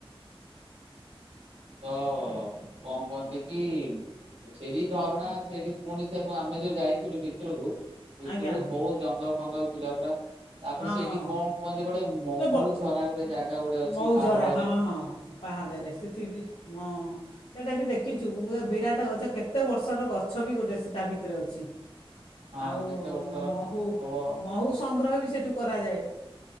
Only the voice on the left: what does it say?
ଆଜ୍ଞା
ହଁ
ଏ ବ-
ମଉଜରା
ହଁ ହଁ ପାହାଡ଼ରେ ସେଠି ବି ମ‌। ସେଇଟା ବି ଦେଖିଛୁ ଏ ବିରାଟ ଗଛ କେତେ ବର୍ଷର ଗଛ ବି ଗୋଟେ ସେ ତା ଭିତରେ ଅଛି।
ଆଉ
ମହୁ
ମହୁ ସଂଗ୍ରହ ବି ସେଠୁ କରାଯାଏ।